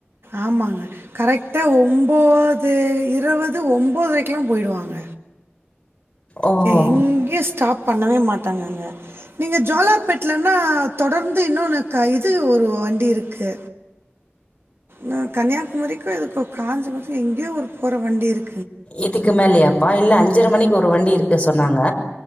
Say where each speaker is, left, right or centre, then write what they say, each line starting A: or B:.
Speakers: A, on the right (about 65°); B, on the left (about 25°).
A: ஆமாங்க கரெக்டா ஒம்போது இருவது ஒம்போதரைக்கெலா போயி்டுவாங்க
B: ஓஹோ
A: எங்கயு ஸ்டாப் பண்ணவே மாட்டாங்கங்க நீங்க ஜோாலார்பேட்லன்னா தொடர்ந்து இன்னொன்னு க இது ஒரு வண்டி இருக்கு நா கன்னியாகுமரிக்கு இதுக்கு காஞ்சிபுரத்துக்கு எங்கேயோ ஒரு போற வண்டி இருக்
B: இதுக்கு மேலயாப்பா இல்ல அஞ்சர மணிக்கு ஒரு வண்டி இருக்கு சொன்னாங்க